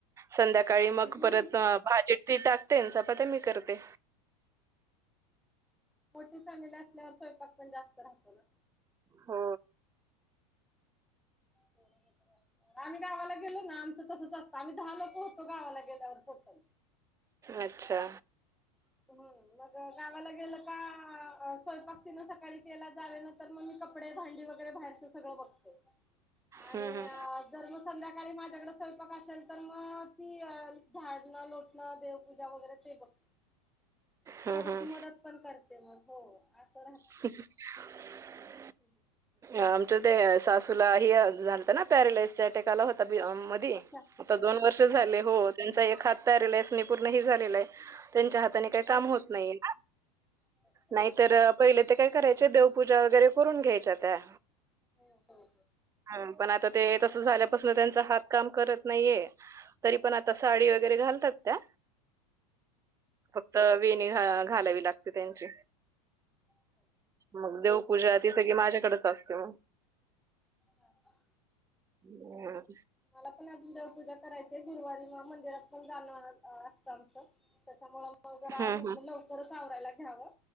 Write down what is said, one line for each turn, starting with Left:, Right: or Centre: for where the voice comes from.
Right: संध्याकाळी मग
Centre: अच्छा.
Right: परत भाजी ती टाकते अन् चपात्या मी करते.
Centre: मोठी फॅमिली असल्यावर स्वयंपाक पण जास्त राहतो ना.
Right: हो.
Centre: पोरं वगैरे आस् आम्ही गावाला गेलो ना, आमचं तसंच असत. आम्ही दहा लोकं होतो गावाला गेल्यावर टोटल.
Right: अच्छा.
Centre: होय. मग गावाला गेलं का, स्वयंपाक तिनं सकाळी केला, जावे नं. तर मग मी कपडे, भांडी वगैरे बाहेरचं सगळं बघते. आणि
Right: हम्म हम्म
Centre: अ जर मग संध्याकाळी माझ्याकडे स्वयंपाक असेल, तर मग ती अ झाडणं-लोट नं, देवपूजा, वगैरे ते बघ
Right: हम्म
Centre: थोडीशी
Right: हम्म
Centre: मदत पण करते मग. हो, असं रा
Right: ह ह.
Centre: हम्म.
Right: आमच्या ते, सासूला ही अ झालतं ना, पॅरलाईस चा अटॅक आला होता बी अम् ती.
Centre: अच्छा
Right: आता दोन वर्ष झाले,
Centre: हा
Right: हो. त्यांचा एक हात पॅरेलाईस् नि पूर्ण हे झालेलाय. त्यांच्या हाताने काही
Centre: होय.
Right: काम होत नाही.
Centre: हो
Right: नाहीतर, पहिले ते काय करायचे. देव पूजा वगैरे करून घ्यायच्या त्या.
Centre: हो हो
Right: हम्म. पण आता ते, तसं झाल्यापासनं त्यांचा हात काम करत नाहीये. तरी पण आता साडी, वगैरे घालतात त्या. फक्त वेणी, घाला घालावी लागते त्यांची.
Centre: अच्छा.
Right: मग देवपूजा, ती सगळी माझ्याकडेच असते मग.
Centre: हा
Right: हम्.
Centre: मला पण अजून देवपूजा करायचीये. गुरुवारी म मंदिरात पण जाणं अ आसतं आमचं. त्याच्यामुळं मग जरा,
Right: हम्म
Centre: म्हटलं लवकरच आवरायला घ्यावं.